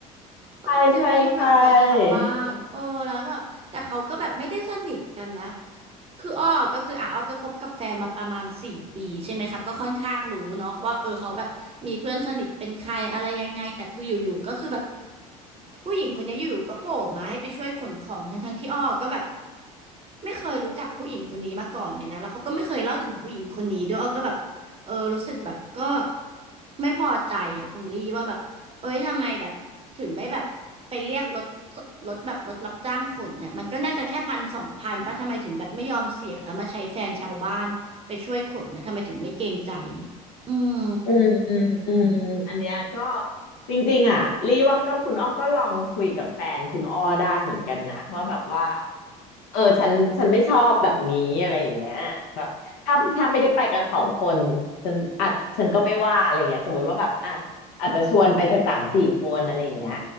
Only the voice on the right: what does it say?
เออก็จะไม่ยุ่งกับแฟนชาวบ้านเออแล้วแบบแต่เขาก็แบบไม่ได้สนิทกันนะ
คืออ้อก็คืออ่ะอ้อก็คบกับแฟนมาประมาณสี่ปีใช่ไหมคะก็ค่อนข้างรู้เนาะว่าเออเขาแบบมีเพื่อนสนิทเป็นใครอะไรยังไงแต่คืออยู่ๆก็คือแบบผู้หญิงคนนี้อยู่ๆก็โผล่มาให้ไปช่วยขนของทั้งๆที่อ้อก็แบบไม่เคยรู้จักผู้หญิงคนนี้มาก่อนเลยนะแล้วเขาก็ไม่เคยเล่าถึงผู้หญิงคนนี้ด้วยอ้อก็แบบเออรู้สึกแบบก็ไม่พอใจอ่ะคุณลี่ว่าแบบ เอ้ยทำไมแบบถึงไม่แบบไปเรียกรถรถแบบรถรับจ้างขนน่ะมันก็น่าจะแค่พันสองพันป่ะทำไมถึงแบบไม่ยอมเสียแล้วมาใช้แฟนชาวบ้านไปช่วยขนนะทำไมถึงไม่เกรงใจอืม